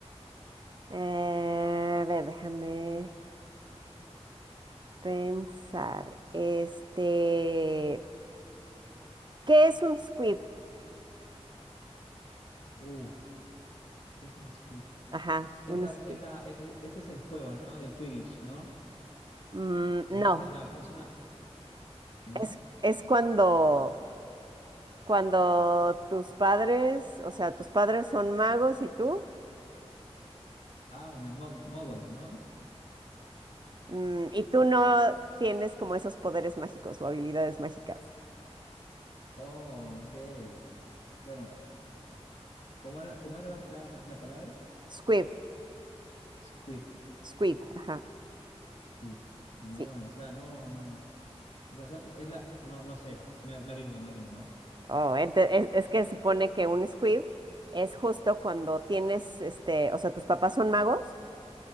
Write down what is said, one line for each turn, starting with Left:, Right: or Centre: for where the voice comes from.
Right: eh, a ver, déjame pensar. Este, ¿qué es un squib?
Left: Uh, ¿qué es un Squid
Right: Ajá,
Left: Es
Right: un
Left: la,
Right: squib.
Left: es la, es- este es el juego, ¿no? Del Quidditch, ¿no?
Right: Mm,
Left: Es
Right: no,
Left: la, es la, es una, ¿no?
Right: Es, es cuando, cuando tus padres, o sea, tus padres son magos y tú,
Left: Ah, una mo- mogol, ¿no?
Right: mm, y tú no tienes como esos poderes mágicos o habilidades mágicas.
Left: Oh, ok. Bueno, ¿cómo era, cómo era la, la- la palabra?
Right: Squib,
Left: Squid,
Right: squib, ajá,
Left: squid. No,
Right: sí.
Left: no, o sea, no, no. O sea, son- es la, no, no sé. Me, me rindo, me rindo.
Right: Oh, ente- es, es que supone que un squib es justo cuando tienes, este, o sea, tus papás son magos,